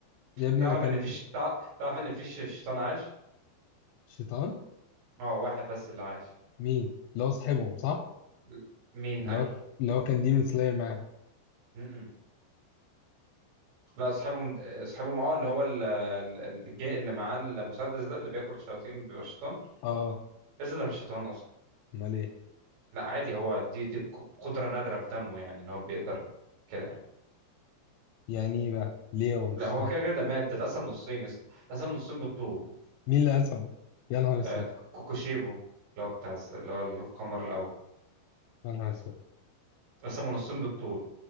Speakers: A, on the left (about 80°); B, on the right (about 60°).
A: يا ابني
B: تعرف
A: ده كان
B: ان فيش تع... تعرف ان فيش شيطان عاش
A: شيطان
B: اه واحد بس اللي عاش
A: مين اللي هو صاحبهم صح
B: ل- مين
A: اللي
B: انهي
A: هو اللي هو كان ديمون سلاير معاهم
B: م-م. لا اصحابهم اصحابهم اه اللي هو ال... ال- الج- اللي معاه المسدس ده اللي بياكل شياطين وبيبقى شيطان
A: اه
B: لسه ده مش شيطان اصلا
A: امال ايه
B: لا عادي هو دي دي ق- قدرة نادرة في دمه يعني ان هو بيقدر كده يعني
A: يعني ايه بقى ليه هو مش
B: لا
A: شيطان
B: هو كده كده ده مات ده اتقسم نصين يا اسطى اتقسم نصين بالطول
A: مين اللي هزمه؟ يا نهار اسود
B: آه، ك- كوكوشيبو اللي هو بتاع الس- اللي هو القمر الاول
A: يا نهار اسود
B: قسموا نصين بالطول